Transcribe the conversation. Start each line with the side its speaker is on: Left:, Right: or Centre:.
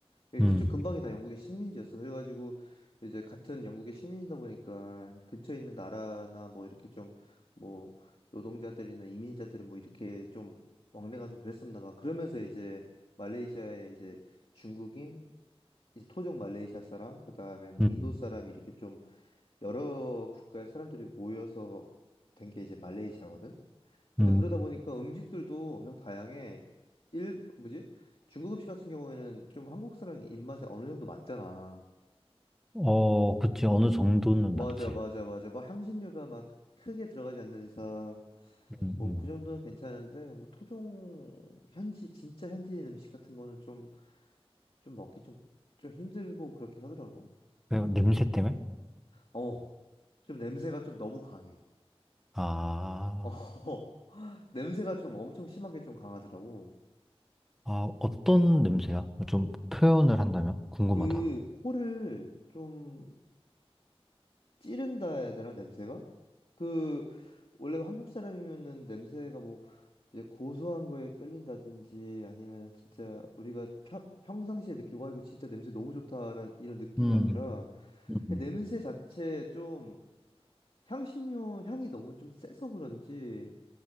Left: 예, 그쪽
Centre: 음,
Left: 근방이 다 영국의 식민지였어. 그래가지고 이제 같은 영국의 식민이다 보니까 근처에 있는 나라나 뭐 이렇게 좀 뭐 노동자들이나 이민자들은 뭐 이렇게 좀 왕래가 좀 그랬었나 봐. 그러면서 이제 말레이시아에 이제 중국인 이제 토종 말레이시아 사람, 그다음에 뭐
Centre: 음,
Left: 인도 사람 이렇게 좀 여러 국가의 사람들이 모여서 된 게 이제 말레이시아거든. 근데
Centre: 음.
Left: 그러다 보니까 음식들도 엄청 다양해. 일 뭐지? 중국 음식 같은 경우에는 좀 한국 사람 입맛에 어느 정도 맞잖아.
Centre: 어, 그치. 어느 정도는
Left: 맞아,
Centre: 맞지.
Left: 맞아, 맞아. 막 향신료가 막 크게 들어가지 않는 이상
Centre: 음,
Left: 뭐
Centre: 음.
Left: 그 정도는 괜찮은데 뭐 토종 현지 진짜 현지인 음식 같은 거는 좀 좀 먹기 좀 좀 힘들고 그렇긴 하더라고.
Centre: 왜, 냄새 때문에?
Left: 어, 좀 냄새가 좀 너무 강해.
Centre: 아,
Left: 어, <laughs> 냄새가 좀 엄청 심하게 좀 강하더라고.
Centre: 아, 어떤 냄새야? 좀 표현을 한다면? 궁금하다.
Left: 그 코를 좀 찌른다 해야 되나, 냄새가? 그, 원래 한국 사람이면은 냄새가 뭐 이제 고소한 거에 끌린다든지 아니면은 진짜 우리가 평, 평상시에 느끼고 와 이거 진짜 냄새 너무 좋다라는 이런 느낌이
Centre: 음,
Left: 아니라 그냥
Centre: 음.
Left: 냄새 자체 좀 향신료 향이 너무 좀 세서 그런지